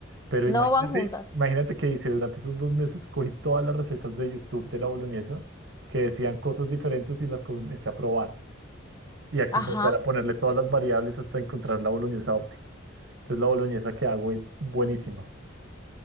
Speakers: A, on the right; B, on the left.
A: Pero
B: no
A: imagínate,
B: van juntas.
A: imagínate que hice durante esos dos meses, cogí todas las recetas de YouTube de la boloñesa que decían cosas diferentes y las comencé a probar y a comenzar
B: Ajá.
A: a ponerle todas las variables hasta encontrar la boloñesa óptima. Entonces la boloñesa que hago es buenísima.